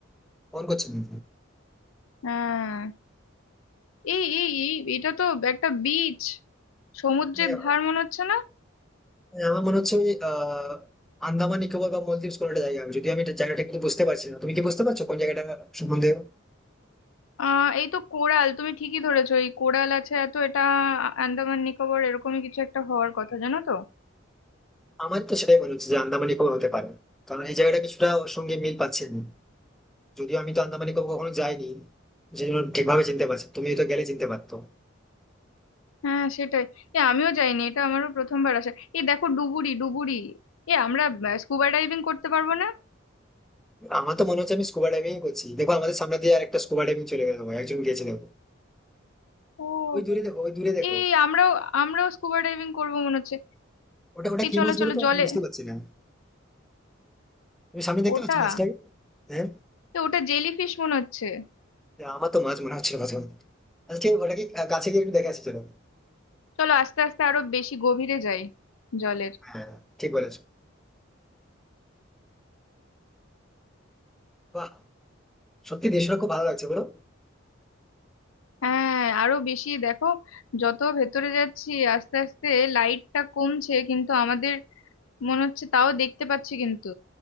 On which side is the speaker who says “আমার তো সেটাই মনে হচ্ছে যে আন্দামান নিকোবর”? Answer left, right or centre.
Centre